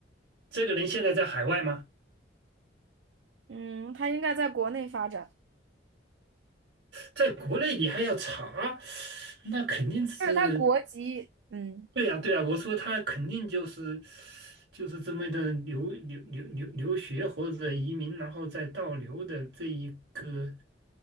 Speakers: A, on the right (about 70°); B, on the right (about 80°).
A: 这个人现在在海外吗？
B: 嗯，他应该在国内发展，
A: 在国内你还要查，那肯定是
B: 就是他国籍，嗯，
A: 对呀、对呀、我说他肯定就是就是这么的留留留留留学或者移民，然后再倒流的这一个